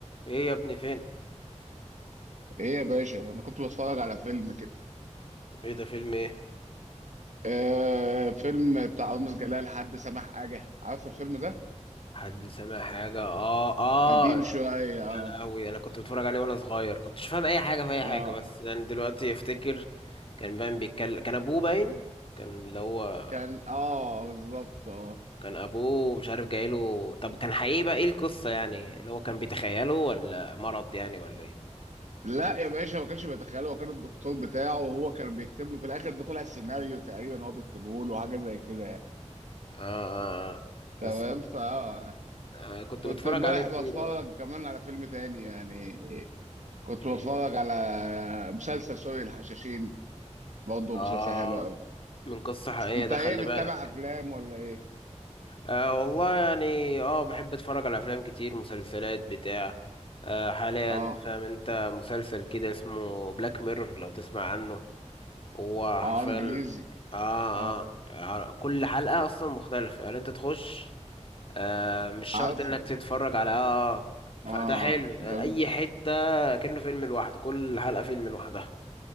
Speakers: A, on the left; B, on the right.
A: ايه يا ابني فين
B: ايه يا باشا انا كنت بتفرج على فيلم كده
A: ايه ده فيلم ايه
B: آه فيلم بتاع رامز جلال حد سمح حاجه عارف الفيلم ده
A: حد سامع حاجه اه اه
B: قديم شويه
A: يا
B: اه
A: لهوي انا كنت بتفرج عليه وانا صغير كنت مش فاهم اي حاجه في اي
B: اه
A: حاجه بس يعني دلوقتي افتكر كان باين بيتكلم كان ابوه باين كان اللي هو
B: كان اه بالظبط اه
A: كان ابوه مش عارف جايله طب كان حقيقي بقى ايه القصه يعني اللي هو كان بيتخيله ولا مرض يعني ولا ايه
B: لا يا باشا ما كانش بيتخيله هو كان الدكتور بتاعه وهو كان بيكتب له في الاخر ده طلع السيناريو تقريبا هو بيكتبه له حاجه زي كده يعني
A: اه اه آه.
B: تمام
A: بس
B: فا
A: آه كنت
B: كنت
A: بتفرج
B: امبارح
A: عليه كتير
B: بتفرج
A: اه
B: كمان على فيلم تاني يعني كنت
A: إيه.
B: بتفرج على مسلسل سوري الحشاشين برضه
A: اه
B: مسلسل حلو قوي
A: من قصه حقيقيه
B: انت
A: ده
B: ايه
A: خلي
B: بتتابع
A: بالك
B: افلام ولا ايه
A: أه والله يعني اه بحب اتفرج على افلام كتير مسلسلات بتاع أه حاليا
B: اه
A: فاهم انت مسلسل كده اسمه بلاك ميرور لو تسمع عنه هو
B: اه
A: حرفيا
B: انجليزي
A: آه,
B: اه
A: اه آه، كل حلقة اصلا مختلفة يعني انت تخش أه مش شرط
B: عارفه
A: انك تتفرج على اه آه. فده
B: اه
A: حلو آه،
B: جميل
A: اي حتة كأنه فيلم لوحده كل حلقة فيلم لوحدها